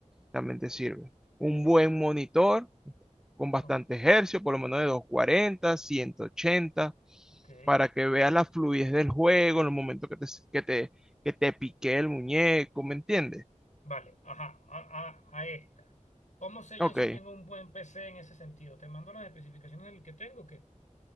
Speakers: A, in the centre; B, on the left (about 70°).
A: realmente sirve. Un buen monitor con bastante
B: ok,
A: hercio, por lo menos de doscientos cuarenta ciento ochenta
B: ok.
A: para que veas la fluidez del juego en los momentos que te, que te, que te pique el muñeco, ¿me entiendes?
B: Vale, ajá, a, a, a esta. ¿Cómo sé yo
A: Ok.
B: si tengo un buen PC en ese sentido? ¿Te mando las especificaciones del que tengo o qué?